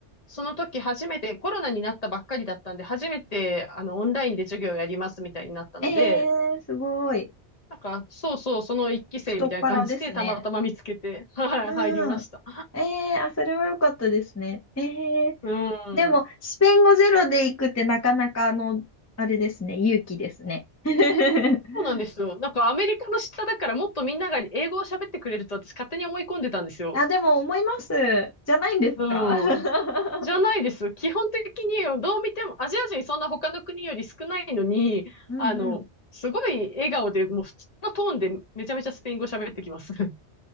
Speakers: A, on the left (about 40°); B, on the left (about 25°).
A: その時初めて、コロナになったばっかりだったんで、初めて、あの、オンラインで授業をやりますみたいになったので、
B: えー、すごい。
A: なんか、そうそう、その一期生みたいな感じで、
B: 太っ腹ですね。
A: たまたま見つけて、はい、
B: うん。
A: 入りました。
B: ええあ、それは良かったですね。ええ
A: うん。
B: でも、スペイン語ゼロで行くってなかなか、あの、あれですね、勇気ですね。<laughs>
A: そうなんですよ。なんかアメリカの下だからもっとみんなが英語を喋ってくれると私勝手に思い込んでたんですよ。
B: あ、でも思います。じゃないんですか
A: う
B: <laughs>
A: ん。じゃないです。基本的にどう見てもアジア人そんな他の国より少ないのに、
B: うんうん。
A: あの、すごい笑顔でもう普通のトーンでめちゃめちゃスペイン語喋ってきます。<laughs>